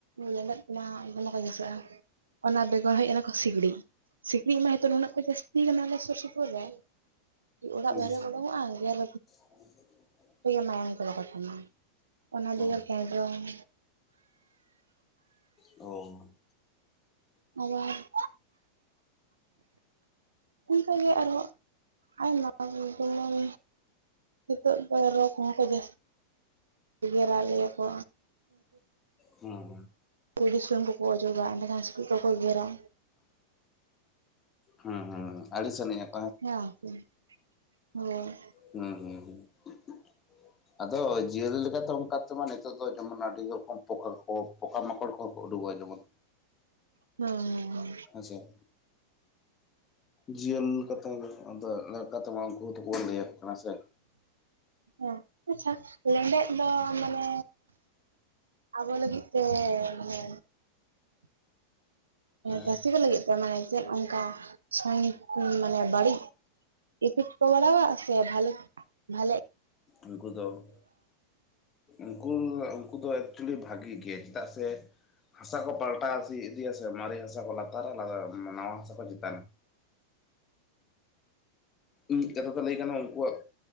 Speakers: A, on the right (about 75°); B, on the left (about 25°).
A: ᱞᱮᱸᱰᱮᱫ ᱠᱚᱢᱟ ᱫᱚᱢᱮ ᱠᱚ ᱵᱟᱹᱭᱥᱟᱹᱜᱼᱟ <inaudible> ᱚᱱᱟ ᱵᱮᱜᱚᱨ ᱦᱮᱡ ᱮᱱᱟ ᱠᱚ ᱥᱤᱠᱲᱤᱡ ᱥᱤᱠᱲᱤᱡ ᱢᱟ ᱦᱤᱛᱳ ᱱᱩᱱᱟᱹᱜ ᱠᱚ ᱡᱟᱹᱥᱛᱤ ᱟᱠᱟᱱᱟ ᱟᱞᱮ ᱥᱳᱨ ᱥᱳᱯᱳᱨ ᱨᱮ ᱚᱲᱟᱜ
B: ᱦᱩᱸ
A: ᱵᱟᱦᱨᱮᱢ ᱳᱰᱳᱝᱚᱜᱼᱟ ᱜᱮᱨ
B: <unintelligible>
A: ᱢᱟᱭᱟᱝ ᱠᱚᱫᱚᱠᱚ ᱡᱚᱢᱟ ᱚᱱᱟ ᱵᱮᱜᱚᱨ
B: ᱚ
A: ᱠᱮᱱᱫᱽᱨᱚᱝ
B: ᱳ
A: ᱟᱨ <unintelligible> ᱚᱱᱠᱟᱜᱮ ᱟᱨᱦᱚᱸ ᱟᱭᱢᱟ ᱡᱮᱢᱚᱱ ᱱᱤᱛᱚᱜ ᱫᱚ ᱨᱚ ᱠᱚᱦᱚᱸ ᱠᱚ <inaudible> ᱡᱟᱹᱥ ᱜᱮᱨᱟ ᱞᱮᱭᱟ ᱠᱚ
B: ᱦᱮᱸ ᱦᱮᱸ
A: ᱠᱩᱭᱰᱤ ᱥᱩᱱᱩᱢ ᱠᱚᱠᱚ ᱚᱡᱚᱜᱟ ᱮᱸᱰᱮᱠᱷᱟᱱ ᱥᱤᱠᱲᱤᱡ ᱵᱟᱠᱚ ᱜᱮᱨᱟ
B: ᱦᱩᱸ ᱦᱩᱸ ᱟᱹᱰᱤ ᱥᱟᱱᱤᱡ <unintelligible>
A: ᱦᱮᱸ ᱦᱳ
B: ᱦᱩᱸ ᱦᱩᱸ ᱦᱸ <unintelligible> ᱟᱫᱚ ᱡᱤᱭᱟᱹᱞᱤ ᱞᱮᱠᱟᱛᱮ ᱚᱱᱠᱟ ᱛᱮᱢᱟ ᱱᱤᱛᱚᱜ ᱫᱚ ᱡᱮᱢᱚᱱ ᱟᱹᱰᱤ ᱨᱚᱠᱚᱢ ᱯᱚᱠᱟ ᱠᱚ ᱯᱚᱠᱟ ᱢᱟᱠᱚᱲ ᱠᱚᱦᱚᱸ ᱠᱚ ᱩᱰᱩᱠᱚᱜᱼᱟ ᱡᱮᱢᱚᱱ
A: ᱦᱩᱸ ᱦᱩ
B: ᱪᱮᱫ ᱡᱤᱭᱟᱹᱞ ᱠᱟᱛᱷᱟ ᱞᱮᱠᱟᱛᱮᱢᱟ ᱩᱱᱠᱩ ᱦᱚᱛᱚ ᱞᱟᱹᱭᱟᱠᱚ ᱠᱟᱱᱟ ᱥᱮ
A: ᱦᱮᱸ ᱟᱪᱷᱟ ᱞᱮᱸᱰᱮᱫ ᱫᱚ ᱢᱟᱱᱮ ᱟᱵᱚ ᱞᱟᱹᱜᱤᱫ ᱛᱮ ᱢᱟᱱᱮ
B: ᱦᱮᱸ
A: ᱪᱟᱹᱥᱤ ᱠᱚ ᱞᱟᱹᱜᱤᱫ ᱛᱮ ᱢᱟᱱᱮ ᱪᱮᱫ ᱚᱱᱠᱟ ᱥᱚᱝ ᱢᱟᱱᱮ ᱵᱟᱹᱲᱤᱡ? ᱤᱯᱷᱤᱴ ᱠᱚ ᱵᱟᱲᱟᱣᱟ ᱥᱮ ᱵᱟᱞᱮ ᱵᱷᱟᱞᱮᱠ
B: ᱩᱱᱠᱩ ᱫᱚ <inaudible> ᱩᱱᱠᱩ ᱩᱱᱠᱩ ᱫᱚ ᱮᱠᱪᱩᱭᱮᱞᱤ ᱵᱷᱟᱜᱤ ᱜᱮ ᱪᱮᱫᱟᱜ ᱥᱮ ᱦᱟᱥᱟ ᱠᱚ ᱯᱟᱞᱴᱟ ᱤᱫᱤᱭᱟ ᱥᱮ ᱢᱟᱨᱮ ᱦᱟᱥᱟ ᱠᱚ ᱞᱟᱛᱟᱨᱟ ᱱᱟᱣᱟ ᱦᱟᱥᱟ ᱠᱚ ᱪᱮᱛᱟᱱᱟ ᱢᱤᱫ ᱠᱟᱛᱷᱟ ᱛᱮ ᱞᱟᱹᱭ ᱜᱟᱱᱚᱜ ᱩᱱᱠᱩᱣᱟᱜ